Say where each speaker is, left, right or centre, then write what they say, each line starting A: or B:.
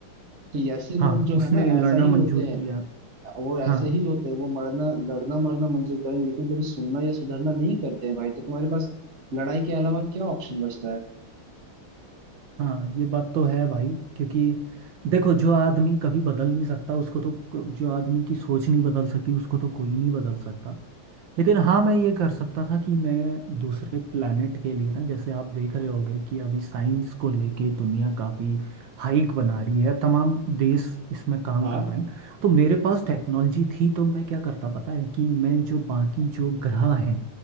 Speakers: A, on the right; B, on the right.
A: तो ये ऐसे लोग
B: हाँ
A: जो
B: उसने
A: है ना
B: लड़ना
A: ऐसा ही
B: मंजूर
A: होते हैं
B: किया
A: वो ऐसे
B: हाँ
A: ही होते हैं वो मरना लड़ना मरना मंजूर करेंगे लेकिन कभी सुनना या सुधरना नहीं करते हैं भाई तो तुम्हारे पास लड़ाई के अलावा क्या ऑप्शन बचता है
B: हाँ ये बात तो है भाई क्योंकि देखो जो आदमी कभी बदल नहीं सकता उसको तो जो आदमी की सोच नहीं बदल सकती उसको तो कोई नहीं बदल सकता लेकिन हाँ मैं ये कर सकता था कि मैं दूसरे प्लानट के लिए ना जैसे आप देख रहे होगे कि अभी साइंस को लेके दुनिया काफ़ी हाइक बना रही है तमाम देश इसमें काम
A: हाँ
B: कर रहे हैं तो मेरे पास टेक्नोलॉजी थी तो मैं क्या करता पता है कि मैं जो बाकी जो ग्रह हैं